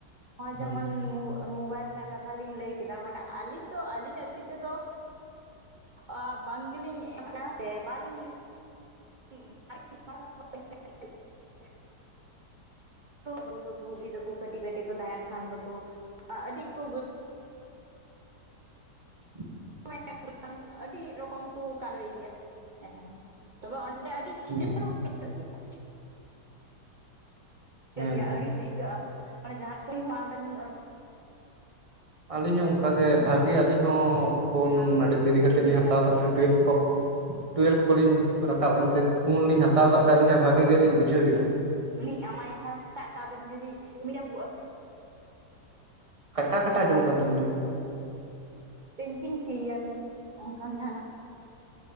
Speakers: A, on the right; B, on the right.
A: ᱦᱚᱸᱭ
B: ᱦᱮᱸ
A: ᱡᱮᱢᱚᱱ ᱢᱚ ᱢᱚᱵᱟᱭᱤᱞ ᱨᱮᱱᱟᱜ ᱠᱟᱛᱷᱟ ᱞᱤᱧ ᱞᱟᱹᱭ ᱠᱮᱫᱟ ᱢᱟᱱᱮ ᱟᱹᱞᱤᱧ ᱫᱚ ᱟᱹᱞᱤᱧᱟᱜ ᱛᱤ ᱛᱮᱫᱚ ᱟᱻ ᱵᱟᱝ ᱜᱮᱞᱤᱧ <unintelligible> ᱵᱟᱞᱤᱧ <unintelligible> ᱵᱟᱹᱩ ᱛᱚᱠᱚ <unintelligible> ᱛᱚᱠᱚ ᱠᱟᱹᱴᱤᱡ ᱠᱟᱹᱴᱤᱡ ᱠᱚ ᱛᱟᱦᱮᱱ ᱠᱷᱟᱱ ᱫᱚᱠᱚ ᱟᱹᱰᱤ ᱠᱚ
B: <inaudible>
A: <unintelligible> ᱟᱹᱰᱤ ᱨᱚᱠᱚᱢ ᱠᱚ ᱠᱟᱨᱚᱭ ᱜᱮᱭᱟ <unintelligible> ᱛᱚᱵᱮ ᱚᱸᱰᱮ ᱟᱹᱰᱤ <unintelligible> ᱦᱩᱭᱩᱜ
B: ᱦᱮᱸ
A: ᱜᱮᱭᱟ
B: ᱦᱮᱸ
A: ᱠᱟᱹᱜ ᱜᱮᱭᱟ
B: ᱦᱮᱸ
A: ᱟᱹᱲᱤᱥ ᱟᱹᱭᱠᱟᱹᱜᱼᱟ ᱢᱟᱱᱮ ᱡᱟᱦᱟᱸ <unintelligible>
B: ᱟᱹᱞᱤᱧ ᱦᱚᱸ ᱚᱝᱠᱟ ᱜᱮ ᱵᱷᱟᱹᱜᱤ ᱟᱹᱞᱤᱧ ᱦᱚᱸ ᱯᱷᱚᱱ
A: ᱡᱮ ᱵᱟᱝ
B: ᱟᱹᱰᱤ ᱫᱮᱨᱤ ᱠᱟᱛᱮᱫ
A: ᱜᱤᱫᱽᱨᱟᱹ
B: ᱞᱤᱧ ᱦᱟᱛᱟᱣ ᱟᱠᱟᱫ
A: ᱠᱚ
B: ᱛᱮ ᱴᱩᱭᱮᱞᱵᱷ ᱠᱚ ᱴᱩᱭᱮᱞᱵᱷ ᱠᱚᱞᱤᱧ ᱨᱟᱠᱟᱵ ᱮᱱᱛᱮ ᱯᱷᱚᱱ ᱞᱤᱧ ᱦᱟᱛᱟᱣ ᱟᱠᱟᱫ ᱛᱮ ᱟᱹᱞᱤᱧ ᱦᱚᱸ ᱵᱷᱟᱜᱤ ᱜᱮᱞᱤᱧ ᱵᱩᱡᱷᱟᱹᱣᱮᱜᱼᱟ
A: ᱩᱱᱤᱧ ᱮᱢᱟᱭ ᱠᱷᱟᱱ ᱥᱟᱵ ᱠᱟᱜᱵᱤᱱ ᱡᱩᱫᱤ <unintelligible>
B: ᱠᱟᱴᱟ ᱠᱟᱴᱟ ᱟᱸᱡᱚᱢᱚᱜ ᱠᱟᱱ ᱛᱟᱵᱤᱱᱟ
A: ᱯᱮᱱᱴᱤᱝ ᱠᱮᱭᱟᱞᱤᱧ ᱚᱝᱠᱟᱱ ᱡᱟᱦᱟᱱᱟᱜ